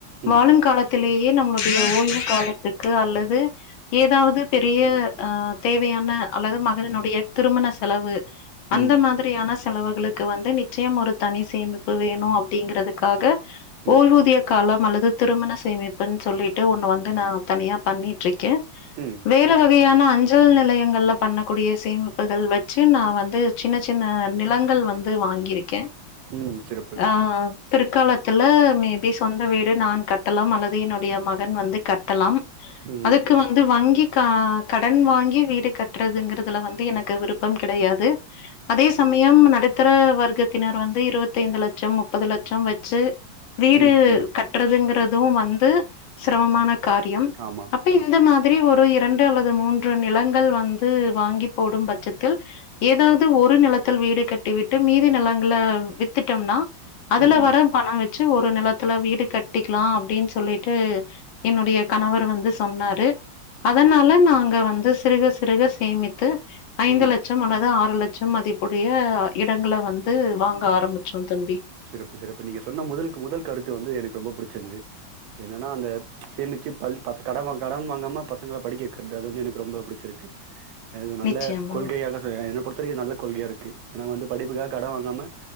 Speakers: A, on the right (about 85°); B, on the left (about 80°).
A: ம்
B: வாழும் காலத்திலேயே நம்மளுடைய ஓய்வு காலத்துக்கு அல்லது ஏதாவது பேய அ தேவையான அல்லது மகளினுடைய திருமண செலவு அந்த
A: ம்
B: மாதிரியான செலவுகளுக்கு வந்து நி நிச்சயம் ஒரு தனி சேமிப்பு வேணு அப்டிங்கிறதுக்காக
A: ம்
B: ஓய்வூதிய காலம் அல்ல து திருமண சேமிப்புன் சொல்லிட்டு ஒன்னு வந்து நா தனியா பண்ணிட் ருக்கே
A: ம்
B: வேற வகையான அஞ்சல் நிலையங்கள்ல பண்ணக்கூடிய சேமிப்புகள் வந் து நான் வந்து சின்ன சின்ன நிலங்கள் வந்து வாங்கியிருக்கே
A: ம் சிறப்பு
B: ஆ பிற்காலத்துல மேபி சொந்த வீடு நான் கட்டலாம் அல்லது என்னுடைய மகன் வந்து கட்டலாம்
A: ம்
B: அதுக்கு
A: ம்
B: வந்து வங்கி அ கடன் வாங்கி வீடு கட்றதுங்குறதுல வந்து எனக்கு விருப்பம் கிடையாது அதே சமயம் ம் நடுத்தர வர்க்கத்தினர் வந்து இருவத்தைந்து லட்சம் முப்பது லட்சம் வச்சு வீடு
A: ம் ம்
B: கட்டுறதுங்குற துவும் வந்து சிரமமான காரியம்
A: ஆமா
B: அப்ப இந்த மாதிரி ஒரு இரண்டு அல்லது மூன்று நிலங்கள் வந்து வாங்கி போடும் பட்சத்தில் ஏதாவது ஒரு நிலத்தில் வீடு கட் ட்டிவிட்டு மீதி நெலங்கள வித்துட்டோம்னா அதுல
A: ம் ம்
B: வர பண வச் வச்சு ஒரு நெலத்துல வீடு கட்டிக்லா அப்டின் சொல்லிட்டு என்னுடைய கணவர் வந்து சொன்னாரு அதனால நாங்க வந்து சிறுக சிறுக சேமித்து ஐந்து
A: ம்
B: லெட்சம் அல்லது ஆறு லெட் ட்சம் மதிப்புடய இடங்கள வந்து வாங்க ஆரம்பிச்சோ தம்பி
A: சிறப்பு சிறப்பு நீங்க சொன்ன முதல்கு முதல் கருத்து வந்து எனக்கு ரொம்ப பிடிச்சுருந்தது என்னனா அந்த சேமுச்சு பல் பசு கடம கடன் வாங்காம ப சங்கள படிக்கவக்றது அது வந்து எனக்கு ரொம்ப புடுச்சுருக்கு அது நல்ல
B: நிச்சயமா
A: கொள்கையாதான என்னபொறுத் தவரைகு நல்ல கொள்கையா இருக்கு ஏன்னா வந்து படிப்புகாக கடன் வாங்காம